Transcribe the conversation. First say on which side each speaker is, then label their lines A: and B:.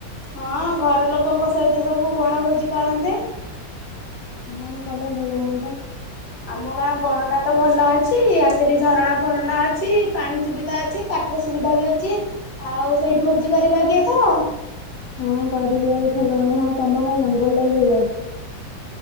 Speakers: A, on the left; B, on the left.
A: ହଁ ଘର ଲୋକଙ୍କ ସହିତ ସବୁ ବଣ ଭୋଜି କରନ୍ତେ।
B: ହଁ କଲେ ଭଲ ହୁଅନ୍ତା।
A: ଆମ ଗାଁ ବଣଟା ତ ଭଲ ଅଛି ଆ ସେଠି ଝରଣା ଫରଣା ଅଛି ପାଣି ସୁବିଧା ଅଛି କାଠ ସୁବିଧା ବି ଅଛି ଆଉ ସେଇଠି ଭୋଜି କରିବା କି ଏଥର?
B: ହଁ କରିଲେ <unintelligible> ହଁ ତମ ଗାଁଆ ଜଙ୍ଗଲଟା <unintelligible> ଭଲ ଅଛି।